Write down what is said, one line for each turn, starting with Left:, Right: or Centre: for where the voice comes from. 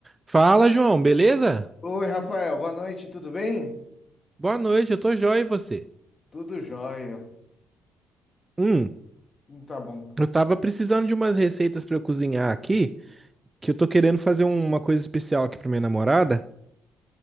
Right: Fala, João, beleza?
Left: Oi, Rafael, boa noite, tudo bem?
Right: Boa noite, eu tô joia e você?
Left: Tudo jóia.
Right: Hum,
Left: Hum, Tá bom.
Right: eu tava precisando de umas receitas pra eu cozinhar aqui, que eu tô querendo fazer uma coisa especial aqui pra minha namorada.